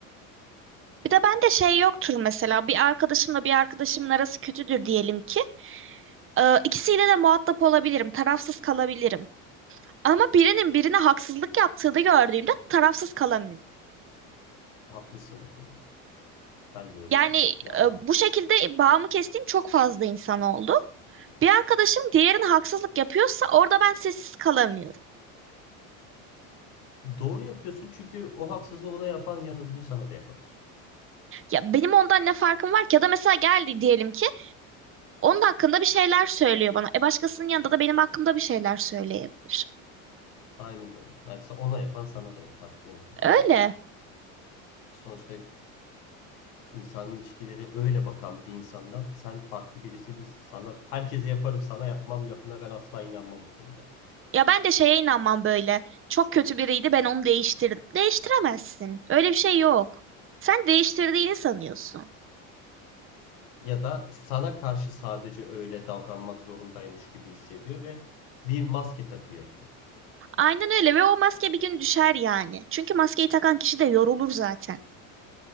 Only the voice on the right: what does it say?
Bir de bende şey yoktur mesela bir arkadaşımla bir arkadaşımın arası kötüdür diyelim ki. Ee, ikisiyle de muhatap olabilirim, tarafsız kalabilirim. Ama birinin birine haksızlık yaptığını gördüğümde tarafsız kalamıyorum.
Yani
e, bu şekilde bağımı kestiğim çok fazla insan oldu. Bir arkadaşım diğerine haksızlık yapıyorsa orada ben sessiz kalamıyorum.
Ya benim ondan ne farkım var ki? Ya da mesela geldi diyelim ki onun hakkında bir şeyler söylüyor bana. E başkasının yanında da benim hakkımda bir şeyler söyleyebilir.
Öyle.
Ya ben de şeye inanmam böyle. Çok kötü biriydi ben onu değiştirdim. Değiştiremezsin. Öyle bir şey yok. Sen değiştirdiğini sanıyorsun.
Aynen öyle ve o maske bir gün düşer yani. Çünkü maskeyi takan kişi de yorulur zaten.